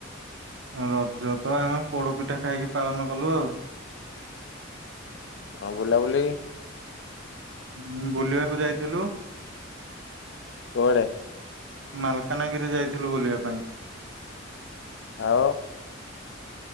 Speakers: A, on the right; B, on the left.
A: ରଜ ତ ଆମେ ପୋଡ଼ପିଠା ଖାଇକି ପାଳନ କଲୁ ଆଉ।
B: ହଁ ବୁଲାବୁଲି?
A: ହୁଁ ବୁଲିବାକୁ ଯାଇଥିଲୁ।
B: କୁଆଡେ?
A: ମାଲକାନ୍‌ଗିରି ଯାଇଥିଲୁ ବୁଲିବା ପାଇଁ।
B: ଆଉ।